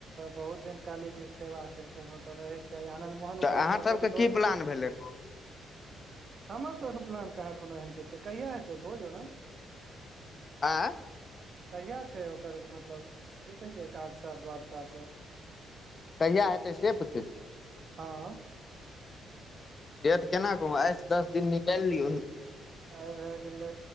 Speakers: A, on the right (about 50°); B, on the left (about 35°).
A: बहुत दिन काली जी के सेवा केलकै। किन ओतऽ रहेके चाही आनन्द मोहन
B: तऽ
A: उपर
B: अहाँ
A: से
B: सबके
A: सभ के
B: की
A: दोषो
B: प्लान
A: छै।
B: भेलै
A: हमर सभ के प्लान कहा कोनो एहन के छै। कहिा हेतै भोज ओना
B: आइ
A: कहिया छै। ओकर मतलब की कहै छै। एकादशा दुआदशी सभ
B: कहिया हेतै से पूछै छियै
A: हाँ
B: डेट केना कहू आइ सँ दस दिन निकालि लियौ ने
A: आ भए गेलै